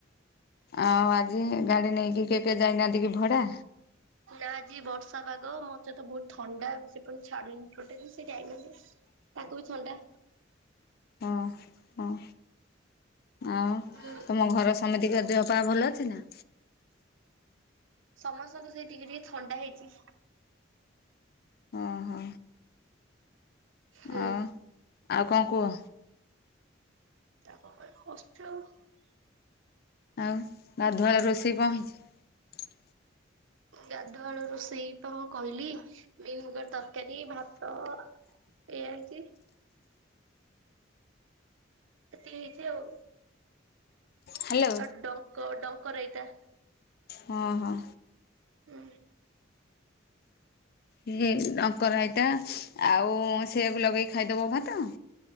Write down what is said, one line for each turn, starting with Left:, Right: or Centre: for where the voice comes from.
Left: ଆଉ ଆଜି ଗାଡି ନେଇକି କେ କେ ଯାଇନାହାନ୍ତି କି ଭଡା?
Right: ନା ଆଜି ବର୍ଷା ପାଗ ମତେ ତ ବହୁତ ଥଣ୍ଡା ସେ ପୁଣି ଛାଡୁନି ଟୋଟାଲି, ସେ ଯାଇନାହାନ୍ତି। ତାଙ୍କୁ ବି ଥଣ୍ଡା।
Left: ହଁ ହଁ ଆଉ
Right: ହୁଁ
Left: ତମ ଘର ସମତିଙ୍କ ଦେହପା ଭଲ ଅଛି ନା?
Right: ସମସ୍ତଙ୍କୁ ସେଇ ଟିକେ ଟିକେ ଥଣ୍ଡା ହେଇଚି।
Left: ଓହୋ
Right: ହୁଁ।
Left: ଆଉ ଆଉ କଣ କୁହ?
Right: <unintelligible>
Left: ଆଉ ଗାଧୁଆ ବେଳ ରୋଷେଇ କଣ ହେଇଛି?
Right: ଗାଧୁଆଳ ରୋଷେଇ ତ ମୁଁ କହିଲି <unintelligible> ତରକାରୀ ଭାତ ଏଇଆା ହେଇଛି। ଏତିକି ହେଇଛି ଆଉ।
Left: ହ୍ୟାଲୋ
Right: ଆଉ ଡଙ୍କ, ଡଙ୍କ ରାଇତା।
Left: ହଁ- ହଁ।
Right: ହୁଁ।
Left: ଇଏ ଡଙ୍କ ରାଇତା, ଆଉ ସେଆକୁ ଲଗେଇକି ଖାଇଦବ ଭାତ?